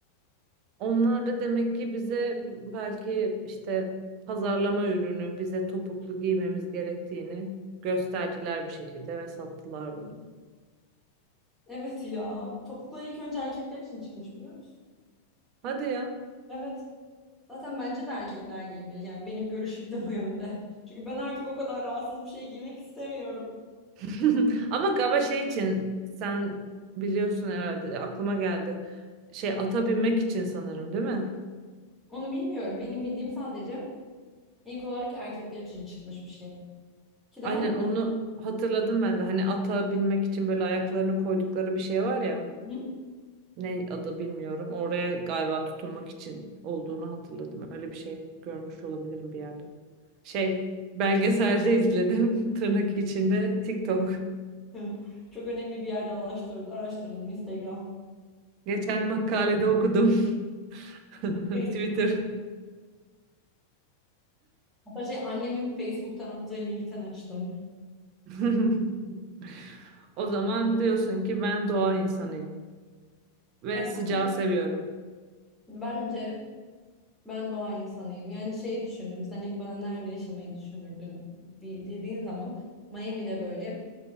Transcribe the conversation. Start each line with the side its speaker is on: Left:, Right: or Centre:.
Right: Onlar da demek ki bize belki işte pazarlama ürünü, bize topuklu giymemiz gerektiğini gösterdiler bir şekilde ve sattılar bunu.
Centre: Evet ya. Topuklu ilk önce erkekler için çıkmış biliyor musun?
Right: Hadi ya.
Centre: Evet. Zaten bence de erkekler giymeli. Yani benim görüşüm de bu yönde. <laughs> Çünkü ben artık o kadar rahatsız bir şey giymek istemiyorum.
Right: <laughs> Ama galiba şey için sen biliyorsun herhalde aklıma geldi. Şey ata binmek için sanırım değil mi?
Centre: Onu bilmiyorum. Benim bildiğim sadece ilk olarak erkekler için çıkmış bir şey. Ki daha
Right: Aynen onu hatırladım ben de. Hani ata binmek için böyle ayaklarını koydukları bir şey var ya.
Centre: Hı.
Right: Ne adı bilmiyorum. Oraya galiba tutunmak için olduğunu hatırladım. Öyle bir şey görmüş olabilirim bir yerde. Şey, belgeselde izledim. <laughs> Tırnak içinde TikTok.
Centre: <laughs> çok önemli bir yerde araştırdım, araştırdım Instagram,
Right: Geçen makalede okudum. <laughs>
Centre: Facebook.
Right: Twitter.
Centre: Hatta şey annemin Facebook'tan attığı linkten açtım.
Right: <laughs> O zaman diyorsun ki ben doğa insanıyım ve
Centre: Ya bence,
Right: sıcağı seviyorum.
Centre: bence ben doğa insanıyım. Yani şeyi düşündüm. Sen ilk bana nerede yaşamayı düşünürdün di- dediğin zaman Miami'de böyle